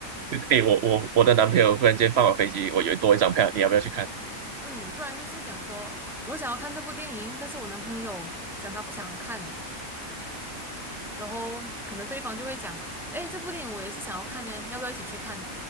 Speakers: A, on the right (about 60°); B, in the centre.
A: 哎，我我我的男朋友忽然间放我飞机，我有多一张票，你要不要去看？
B: 嗯，不然就是讲说我想要看这部电影，但是我男朋友讲他不想看，然后可能对方就会讲，诶，这部电影我也是想要看呢，要不要一起去看？